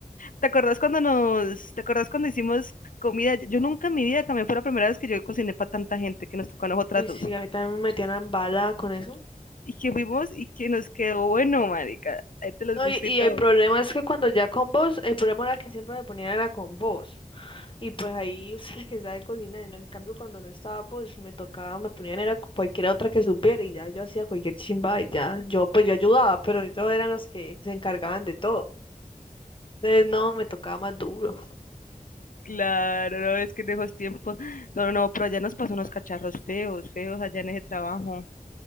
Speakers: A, on the left; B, on the left.
A: ¿Te acuerdas cuando nos, te acuerdas cuando hicimos comida? Yo nunca en mi vida, también fue la primera vez que yo cociné para tanta gente que nos tocó a nosotras
B: Uy,
A: dos.
B: sí, a mí también me metían en bala con eso.
A: y que fuimos y que nos quedó bueno, marica. Ahí te los
B: No,
A: gustó
B: y, y
A: y todo.
B: el problema es que cuando ya con vos, el problema era que siempre me ponían era con vos. Y pues ahí <laughs> usted que sabe cocinar, y no, en cambio cuando no estaba vos, me tocaba, me ponían era cualquier otra que supiera y ya yo hacía cualquier chimba y ya, yo pues yo ayudaba, pero ellos eran los que se encargaban de todo. Entonces no, me tocaba más duro.
A: Claro, no, es que en esos tiempos. No, no, no, pero allá nos pasó unos cacharros feos, feos allá en ese trabajo.